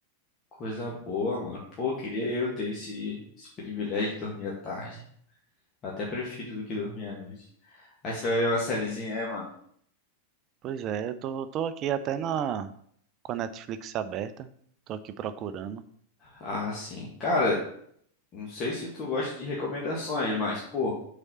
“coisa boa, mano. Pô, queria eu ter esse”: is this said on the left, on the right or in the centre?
Left